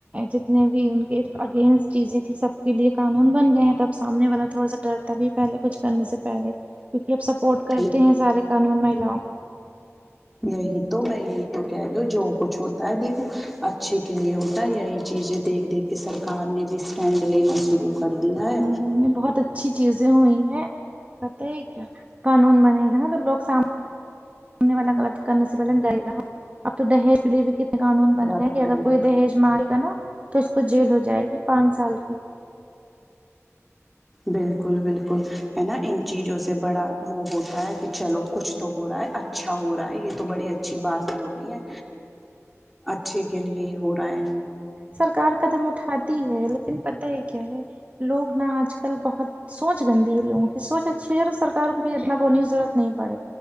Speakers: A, on the right; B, in the centre.
A: جتنے بھی ان کے اگینسٹ چیزیں تھی سب کے لیے قانون بن گئے ہیں تو اب سامنے والا تھوڑا سا ڈر تبھی پہلے کچھ کرنے سے پہلے پھر بھی اب سپورٹ کرتے
B: یہ
A: ہیں سارے قانون مہیلاؤں
B: یہی تو میں یہی تو کہہ رہی ہوں جو کچھ ہوتا ہے دیکھو اچھے کے لیے ہوتا ہے یہی چیزیں دیکھ دیکھ کے سرکار نے بھی اسٹینڈ لینا شروع کر دیا
A: کو
B: ہے
A: بہت اچھی چیزیں ہوئی ہیں کیا قانون بنے گا تو لوگ سامنے سامنے والا غلط کرنے سے پہلے ڈریگا اب تو دہیج کے لیے بھی کتنے قانون
B: برا
A: بن گئے
B: تو
A: اگر
B: ڈرے
A: کوئی
B: گا
A: دہیج مانگے گا نا تو اس کو جیل ہو جائے گی پانچ سال کی
B: بالکل بالکل ہے نا ان چیزوں سے بڑا وہ ہوتا ہے کہ چلو کچھ تو ہو رہا ہے اچھا ہو رہا ہے یہ تو بڑی اچھی باتیں ہو رہی ہیں اچھے کے لیے ہی ہو رہا ہے
A: سرکار قدم اٹھاتی ہے لیکن پتہ یہ کیا ہے لوگ نا آج کل بہت سوچ گندی ہے لوگوں کی سوچ اچھی رکھو سرکار کو بھی اتنا بولنے کی ضرورت نہیں پڑے